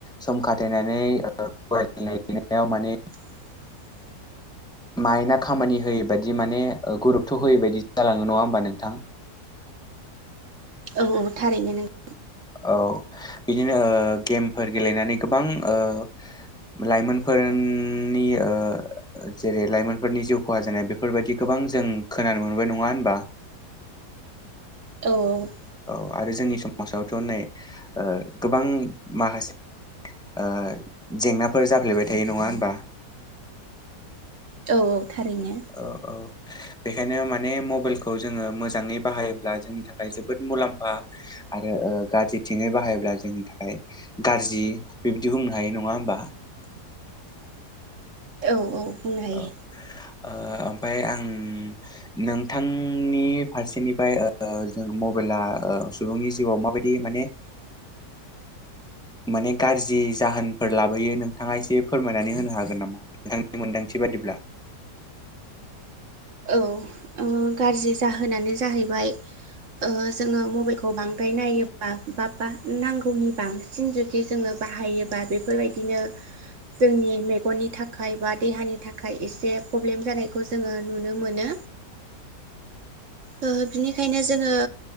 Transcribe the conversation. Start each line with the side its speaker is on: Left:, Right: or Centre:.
Centre: सम खाथायनानै ओ फरायनाय लिरनायाव माने
Right: <inaudible>
Centre: मायन्डआ खामानि होयै बायदि माने ओ गुरुत्व होयै बायदि जालाङो नङा होमबा नोंथां?
Right: औ औ थारैनो <unintelligible>
Centre: औ बिदिनो ओ गेमफोर गेलेनानै गोबां ओ लाइमोनफोरनि ओ जेरै लाइमोनफोरनि जिउ खहा जानाया बेफोरबायदि गोबां जों खोनानो मोनबाय नङा होनबा?
Right: औ औ।
Centre: औ आरो जोंनि समाजावथ' नै ओ गोबां माखासे ओ जेंनाफोर जाफ्लेबाय थायो नङा होनबा?
Right: औ औ थारैनो
Centre: औ औ बेखायनो माने मबाइलखौ जोङो मोजाङै बाहायोब्ला जोंनि थाखाय जोबोद मुलाम्फा आरो ओ गाज्रिथिंयै बाहायोब्ला जोंनि थाखाय गाज्रि बिबदि बुंनो हायो नङा होमबा?
Right: <inaudible> औ औ बुंनो हायो।
Centre: औ ओ ओमफाय आं नोंथांनि फारसेनिफ्राय जों मबेल आ सुबुंनि जिउआव माबायदि माने
Right: <inaudible>
Centre: माने गाज्रि जाहोनफोर लाबोयो नोंथाङा एसे फोरमायनानै होनो हागोन नामा? नोंथांनि मोनदांथि बादिब्ला
Right: औ ओ गाज्रि जाहोनानो जाहैबाय जोङो मबाइलखौ बांद्राय नायोबा बा बा नांगौनि बांसिन जुदि जोङो बाहायोबा बेफोरबायदिनो जोंनि मेगननि थाखाय बा देहानि थाखाय एसे प्रब्लेम जानायखौ जोङो नुनो मोनो। ओ बिनिखायनो जोङो